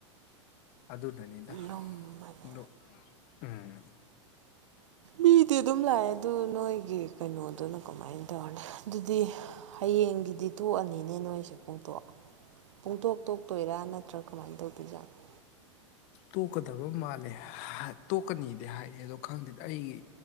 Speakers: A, on the left (about 50°); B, on the right (about 75°).
A: <inaudible> ꯑꯗꯨꯅꯅꯤꯗ
B: ꯂꯨꯝꯕꯅꯦ
A: ꯑꯗꯣ ꯎꯝ
B: ꯄꯤꯗꯤ ꯑꯗꯨꯝ ꯂꯥꯛꯑꯦ ꯑꯗꯨ ꯅꯣꯏꯒꯤ ꯀꯩꯅꯣꯗꯨꯅ ꯀꯃꯥꯏꯅ ꯇꯧꯔꯅꯤ ꯑꯗꯨꯗꯤ ꯍꯌꯦꯡꯒꯤꯗꯤ ꯇꯣꯛꯑꯅꯤꯅꯦ ꯅꯣꯏꯁꯦ ꯄꯨꯡꯇꯣꯛ ꯄꯨꯡꯇꯣꯛ ꯇꯣꯛꯇꯣꯏꯔꯥ ꯅꯠꯇ꯭ꯔꯥ ꯀꯃꯥꯏꯅ ꯇꯧꯗꯣꯏꯖꯥꯠꯅꯣ
A: ꯇꯣꯛꯀꯗꯕ ꯃꯥꯜꯂꯦ ꯇꯣꯛꯀꯅꯤꯗꯤ ꯍꯥꯏꯑꯦ ꯑꯗꯣ ꯈꯪꯗꯦ ꯑꯩꯒꯤ